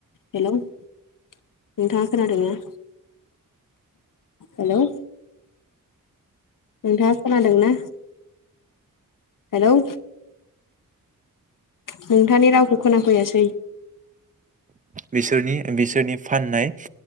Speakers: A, on the left; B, on the right.
A: हेलौ नोंथाङा खोनादोंना? हेलौ नोंथाङा खोनादोंना? हेलौ नोंथांनि रावखौ खोनाफैयासै।
B: बिसोरनि ओ बिसोरनि फाननाय